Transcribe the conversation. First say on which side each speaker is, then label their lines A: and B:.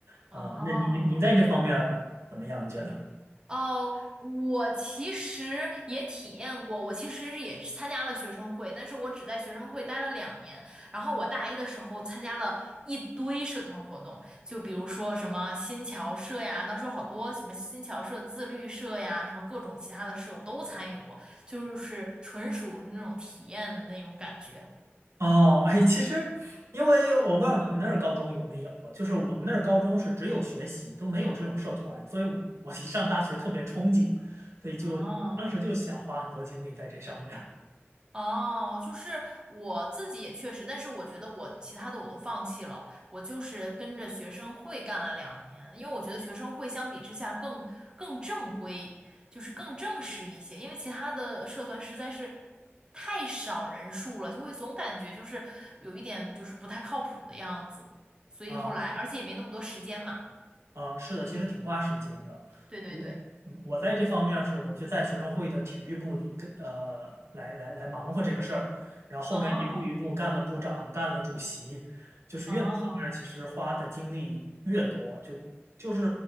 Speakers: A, on the right (about 80°); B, on the right (about 20°).
A: 啊，
B: 哦
A: 那你你你在这方面怎么样？你觉得？
B: 哦，我其实也体验过，我其实是也是参加了学生会，但是我只在学生会待了两年。然后我大一的时候参加了一堆社团活动，就比如说什么新侨社呀，当时有好多什么新侨社、自律社呀，什么各种其他的社我都参与过，就是纯属那种体验的那种感觉。
A: 哦，哎，其实，因为我不知道你们那儿高中有没有，就是我们那儿高中是只有学习，都没有这种社团，所以我我一上大学特别憧憬，所以就当时就想花很多精力在这上面儿
B: 哦。哦，就是我自己也确实，但是我觉得我其他的我都放弃了，我就是跟着学生会干了两年，因为我觉得学生会相比之下更更正规，就是更正式一些，因为其他的社团实在是太少人数了，就会总感觉就是有一点就是不太靠谱的样子，所以后来而且也没那么多时间嘛，
A: 啊。啊，是的，其实挺花时间的。
B: 对对对，
A: 我嗯我在这方面儿是我就在学生会的体育部里跟呃来来来忙活这个事儿，然后后面一步一步干了部长，
B: 哦
A: 干了主席，就是越到后面儿其实花的精力越多，
B: 哦。
A: 就就是